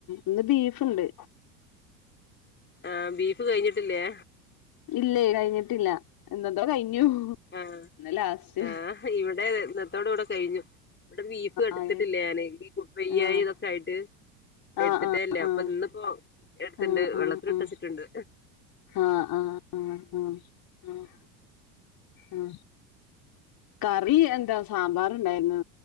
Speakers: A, on the left; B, on the left.
A: ഇന്ന് ബീഫുണ്ട്.
B: ആ ബീഫ് കഴിഞ്ഞിട്ടില്ലേ?.
A: ഇല്ല കഴിഞ്ഞിട്ടില്ല, ഇന്നത്തോടെ കഴിഞ്ഞു
B: ആഹ്
A: ഇന്നാ ലാസ്റ്റ്.
B: ആഹ് ഇവിടെ ഇന്നത്തോടെ കൂടെ കഴിഞ്ഞു. ഇവിടെ ബീഫ് എടുത്തിട്ടില്ല
A: ആഹ്
B: ഞാന് വെയ്യായി
A: ആഹ്
B: ഇതൊക്കെ ആയിട്ട് എടുത്തിട്ടേല്ല
A: ആഹ്
B: അപ്പൊ
A: ആഹ്
B: ഇന്നിപ്പോ എടുത്തിണ്ട്
A: ആഹ് ആഹ്
B: വെള്ളത്തിൽ ഇട്ടച്ചിട്ടുണ്ട്
A: ആഹ് ആഹ് ആഹ് ആഹ് ആഹ് ഉം കറി എന്താ സാമ്പാർ ഇണ്ടായിരുന്നു